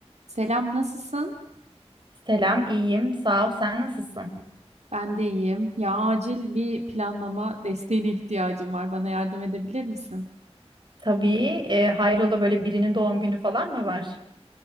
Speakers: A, on the right (about 85°); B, on the right (about 45°).
A: Selam, nasılsın?
B: Selam, iyiyim. Sağ ol. Sen nasılsın?
A: Ben de iyiyim. Ya acil bir planlama desteğine ihtiyacım var. Bana yardım edebilir misin?
B: Tabii. E, hayrola böyle birinin doğum günü falan mı var?